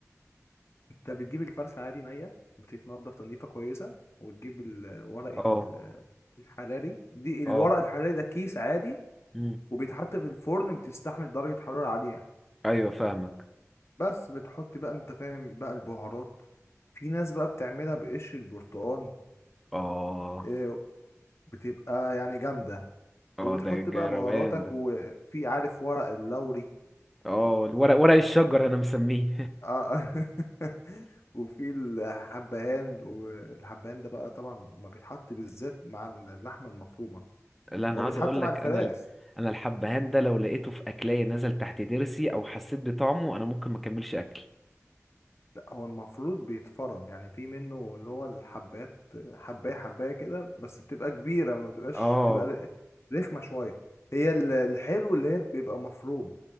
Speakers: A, on the left; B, in the centre.
A: انت بتجيب الفرخة عادي نية بتتنضف تنظيفة كويسة وتجيب ال- ورقة
B: اه
A: ال- الحراري دي الورق
B: اه
A: الحراري ده كيس عادي
B: مم.
A: وبيتحط في الفرن بتستحمل درجة حرارة عالية
B: ايوه فاهمك
A: بس بتحط بقى انت فاهم بقى البهارات في ناس بقى بتعملها بقشر البرتقال
B: اه
A: اه، بتبقى يعني جامدة وبتحط
B: اه ده
A: بقى
B: جا-
A: بهاراتك
B: روقان ده
A: وفي عارف ورق اللوري
B: اه ورق ورق الشجر انا مسميه
A: اه <laughs> وفي الحبهان والحبهان ده بقى طبعا ما بيتحط بالذات مع اللحمه المفرومه
B: لا انا
A: هو
B: عايز
A: بيتحط
B: اقول
A: مع
B: لك
A: الفراخ
B: انا ال- انا الحبهان ده لو لقيته في اكلاية نزل تحت ضرسي او حسيت بطعمه انا ممكن ما اكملش اكل
A: لا هو المفروض بيتفرم يعني في منه اللي هو الحبات حبايه حبايه كده بس بتبقى كبيره ما بتبقاش
B: اه
A: بتبقى ر- رخمه شويه هي ال- الحلو اللي هي بيبقى مفروم